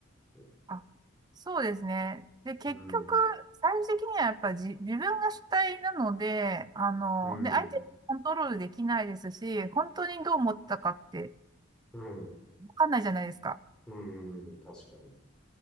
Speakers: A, in the centre; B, on the right (about 20°).
A: きっと
B: あ、そうですね。で、結局、
A: うん、
B: 最終的にはやっぱり自分が主体なので、あの、
A: うん、
B: ね、相手にコントロールできないですし、本当にどう思ったかって
A: うん、
B: わかんないじゃないですか。
A: うん、確かに。